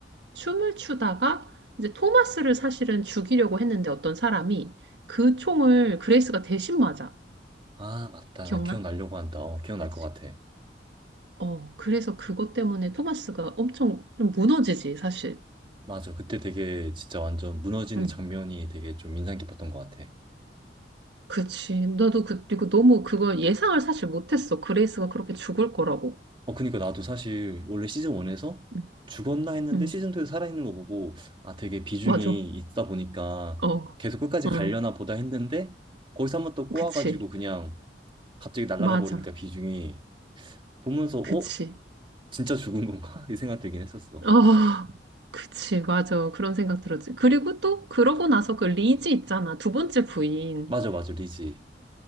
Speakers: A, on the right; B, on the right.
A: 춤을 추다가 이제 토마스를 사실은 죽이려고 했는데 어떤 사람이 그 총을 그레이스가 대신 맞아.
B: 아, 맞다.
A: 기억나?
B: 나 기억나려고 한다. 어, 기억날
A: 그치?
B: 것 같아.
A: 어, 그래서 그것 때문에 토마스가 엄청 좀 무너지지, 사실.
B: 맞아. 그때 되게 진짜 완전 무너지는
A: 응.
B: 장면이 되게 좀 인상 깊었던 것 같아.
A: 그치. 나도 그, 그리고 너무 그걸 예상을 사실 못했어. 그레이스가 그렇게 죽을 거라고.
B: 어, 그니까 나도 사실 원래 시즌 1에서
A: 음,
B: 죽었나 했는데
A: 음,
B: 시즌 2에서 살아있는 거 보고 아, 되게 비중이
A: 맞아.
B: 있다 보니까
A: 어,
B: 계속 끝까지
A: 어,
B: 가려나 보다 했는데 거기서 한번 또 꼬아가지고
A: 그치.
B: 그냥 갑자기 날아가
A: 맞아.
B: 버리니까 비중이 보면서 어?
A: 그치.
B: 진짜 죽은 건가? <laughs> 이 생각 들긴 했었어.
A: 어, 그치. 맞아. 그런 생각 들었지. 그리고 또, 그러고 나서 그 리지 있잖아. 두 번째 부인.
B: 맞아, 맞아, 리지.